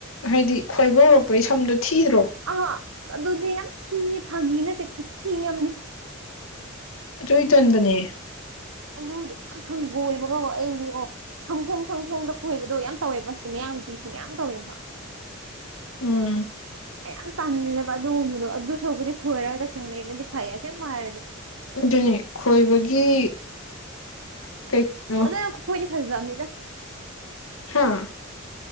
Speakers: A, on the left; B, on the right.
A: ꯍꯥꯏꯗꯤ ꯈꯣꯏꯕ ꯍꯧꯔꯛꯄꯒꯤ ꯁꯝꯗꯨ ꯊꯤꯗ꯭ꯔꯣ
B: ꯑꯥ ꯑꯗꯨꯗꯤ ꯌꯥꯝ ꯊꯤꯌꯦ ꯐꯥꯒꯤ ꯅꯠꯇꯦ ꯈꯨꯊꯤꯑꯃꯅꯦ
A: ꯑꯗꯨꯏ ꯇꯟꯕꯅꯦ
B: ꯑꯗꯨꯗꯣ ꯌꯥꯝ ꯍꯪꯒꯣꯏꯕꯀꯣ ꯑꯩꯗꯤ ꯀꯣ ꯁꯝꯈꯣꯡ ꯁꯝꯈꯣꯡꯗ ꯈꯣꯏꯕꯗꯣ ꯌꯥꯝ ꯇꯧꯋꯦꯕ ꯁꯤꯗ ꯃꯌꯥꯡ ꯅꯨꯄꯤꯁꯤꯡ ꯌꯥꯝ ꯇꯧꯋꯦꯕ
A: ꯎꯝ
B: ꯑꯩ ꯌꯥꯝ ꯇꯟꯂꯦꯕ ꯑꯗꯨꯒꯨꯝꯕꯗꯣ ꯑꯗꯨ ꯁꯛꯄꯨꯗꯤ ꯈꯣꯏꯔꯒ ꯇꯁꯦꯡꯅ ꯂꯩꯕꯅꯗꯤ ꯐꯩꯌꯦ ꯑꯁꯦꯡ ꯍꯥꯏꯔꯗꯤ
A: ꯑꯗꯨꯅꯦ ꯈꯣꯏꯕꯒꯤ ꯀꯩꯅꯣ
B: ꯑꯗꯣ ꯈꯨꯈꯣꯢꯗꯤ ꯐꯖꯗꯝꯅꯤꯗ
A: ꯍꯥꯥ